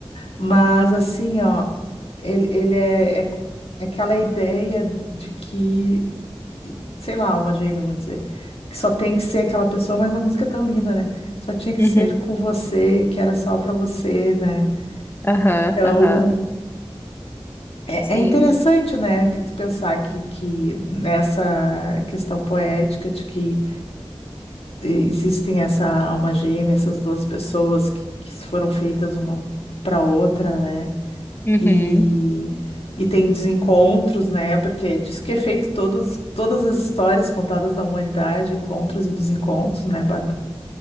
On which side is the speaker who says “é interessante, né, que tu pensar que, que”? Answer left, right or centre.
Left